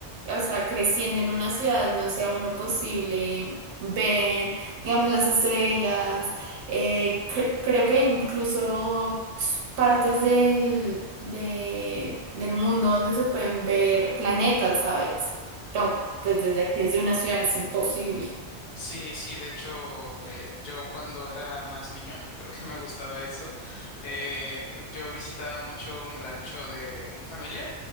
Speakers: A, on the right; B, on the left.
A: o sea, creciendo en una ciudad no sea uno posible ver, digamos, las estrellas. eh, cre- creo que incluso pues, partes del, de- del mundo donde se pueden ver planetas, ¿sabes? No, pues desde aquí, desde una ciudad es imposible.
B: Sí, sí, de hecho, eh, yo cuando era más niño, creo que me gustaba eso. Eh, yo visitaba mucho un rancho de un familiar